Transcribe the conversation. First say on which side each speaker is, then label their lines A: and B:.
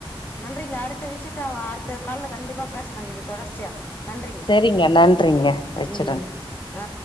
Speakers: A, on the left; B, on the left.
A: நன்றிங்க அடுத்த விஷ்யத்த அடுத்த கால்ல கண்டிப்பா பேசலாங்க இது தொடர்ச்சியா நன்றிங்க
B: செரிங்க நன்றிங்க வெச்சிருங்க
A: ம் ஆ